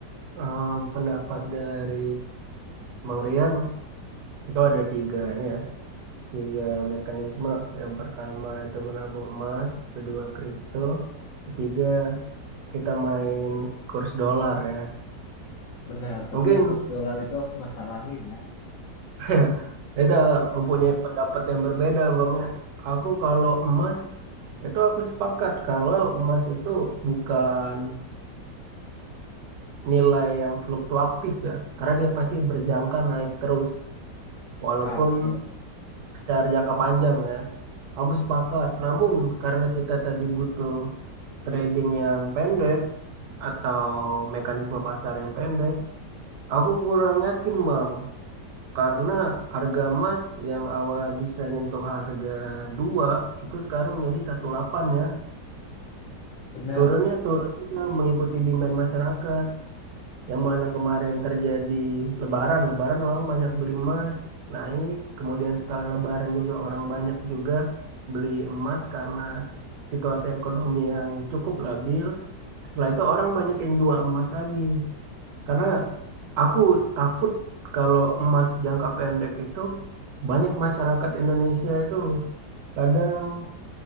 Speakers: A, on the right; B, on the left.
A: em, pendapat dari Bang Rian itu ada tiga ya. Tiga mekanisme. Yang pertama itu menabung emas, kedua kripto, ketiga kita main kurs dolar ya.
B: Benar, tapi
A: Mungkin
B: yang kurs dolar itu aku nggak saranin ya.
A: <laughs> Kita mempunyai pendapat yang berbeda, Bang. ya. Aku kalau emas itu aku sepakat kalau emas itu bukan nilai yang fluktuatif ya, karena dia pasti berjangka naik terus, walaupun
B: Ah, betul.
A: secara jangka panjang ya. Aku sepakat. Namun karena kita tadi butuh trading yang pendek atau mekanisme pasar yang pendek, aku kurang yakin, Bang. Karena harga emas yang awalnya bisa nyentuh harga 2 itu sekarang jadi satu koma delapan ya.
B: Bener.
A: Turunnya turun juga mengikuti demand masyarakat. Yang mana kemarin terjadi lebaran, lebaran orang banyak beli emas, naik. Kemudian setelah lebaran juga orang banyak juga beli emas karena situasi ekonomi yang cukup labil. Setelah itu orang banyak yang jual emas lagi. Karena Aku takut kalau emas jangka pendek itu banyak masyarakat Indonesia itu kadang